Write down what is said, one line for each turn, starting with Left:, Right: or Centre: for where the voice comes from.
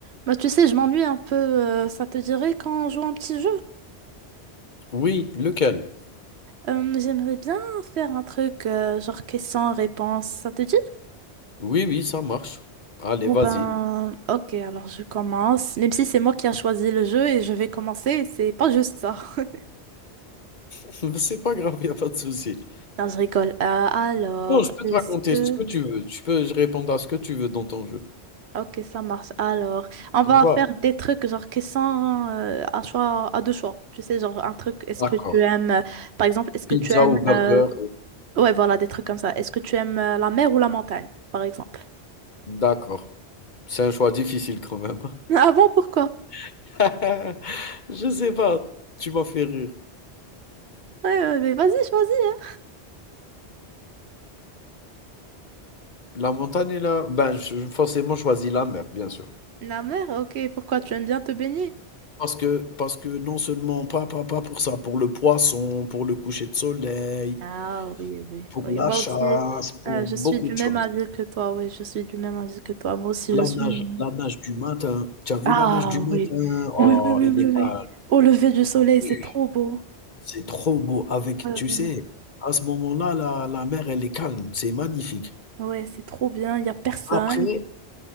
Right: Bah, tu sais, je m'ennuie un peu. euh, ça te dirait qu'on joue un petit jeu?
Left: Oui, lequel?
Right: Euh, j'aimerais bien faire un truc euh, genre question-réponse. Ça te dit?
Left: Oui, oui, ça marche. Allez,
Right: Bon
Left: vas-y.
Right: ben, ok, alors je commence. Même si c'est moi qui a choisi le jeu et je vais commencer, c'est pas juste ça. <laughs>
Left: <laughs> C'est pas grave, il a pas de souci.
Right: Non, je rigole. Euh, alors,
Left: Non, je peux
Right: est-ce
Left: te raconter
Right: que...
Left: ce que tu veux. Je peux je répondre à ce que tu veux dans ton jeu.
Right: Ok, ça marche. Alors, on
Left: Ça
Right: va
Left: te
Right: faire
Left: va?
Right: des trucs genre questions euh, à choix, à deux choix. Tu sais, genre un truc, est-ce
Left: D'accord.
Right: que tu aimes, euh, par exemple, est-ce que
Left: Pizza
Right: tu aimes
Left: ou burger?
Right: euh, Ouais, voilà, des trucs comme ça. Est-ce que tu aimes euh, la mer ou la montagne, par exemple? <laughs>
Left: D'accord. C'est un choix difficile quand même.
Right: Ah bon, pourquoi?
Left: <laughs> Je sais pas, tu m'as fait rire.
Right: Ouais, ouais, mais vas-y, choisis. hein.
Left: La montagne est là, ben je forcément choisis la mer, bien sûr.
Right: La mer, ok, pourquoi? Tu aimes bien te baigner?
Left: Parce que, parce que non seulement, pas, pas, pas pour ça, pour le poisson, pour le coucher de soleil,
Right: Ah oui, oui,
Left: pour
Right: oui.
Left: la
Right: Moi
Left: chasse,
Right: aussi,
Left: pour
Right: euh, je
Left: beaucoup
Right: suis du
Left: de
Right: même
Left: choses.
Right: avis que toi. Oui, je suis du même avis que toi. Moi aussi, je
Left: La
Right: suis...
Left: nage la nage du matin, tu as vu
Right: Ah
Left: la nage du matin?
Right: oui. Oui,
Left: Oh,
Right: oui, oui,
Left: il
Right: oui,
Left: est
Right: oui.
Left: calme.
Right: Au lever du soleil,
Left: Oui,
Right: c'est trop beau.
Left: c'est trop beau avec
Right: Ouais,
Left: tu
Right: ouais,
Left: sais,
Right: ouais.
Left: à ce moment-là, la la mer, elle est calme, c'est magnifique.
Right: Ouais, c'est trop bien, il n'y a personne.
Left: Après,